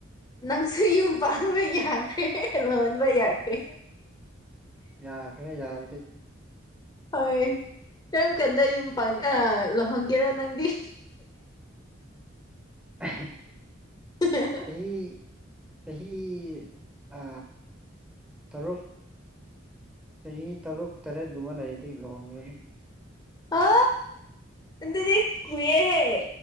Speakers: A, on the left; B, in the centre.
A: ꯅꯪꯁꯨ ꯌꯨꯝ ꯄꯥꯟꯕ ꯌꯥꯈ꯭ꯔꯦ ꯂꯨꯍꯣꯟꯕ ꯌꯥꯈ꯭ꯔꯦ
B: ꯌꯥꯈ꯭ꯔꯦ ꯌꯥꯕꯗꯤ
A: ꯍꯣꯏ ꯀꯔꯝ ꯀꯥꯟꯗ ꯌꯨꯝ ꯄꯥꯟꯈ ꯂꯨꯍꯣꯡꯒꯦꯔꯣ ꯅꯪꯗꯤ
B: <unintelligible>
A: ꯍ <unintelligible>
B: ꯆꯍꯤ ꯆꯍꯤ ꯑ ꯇꯔꯨꯛ ꯆꯍꯤ ꯇꯔꯨꯛ ꯇꯔꯦꯠꯀꯨꯝꯕ ꯂꯩꯥꯏꯔꯤꯗꯤ ꯂꯨꯍꯣꯡꯈ꯭ꯔꯅꯤ
A: ꯑ ꯑꯗꯨꯗꯤ ꯀꯨꯏ ꯔ‌ꯦꯍꯦ